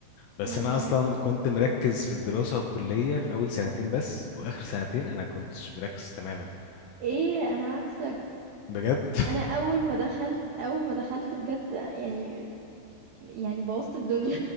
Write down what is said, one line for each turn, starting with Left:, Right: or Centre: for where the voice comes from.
Left: بس
Right: امم
Left: أنا أصلا كنت مركز في الدراسة والكلية في أول سنتين بس وآخر سنتين أنا كنتش مركز تماما
Right: ايه انا عكسك
Left: بجد <laughs>
Right: انا اول ما دخلت اول ما دخلت بجد يعني يعني بوظت الدنيا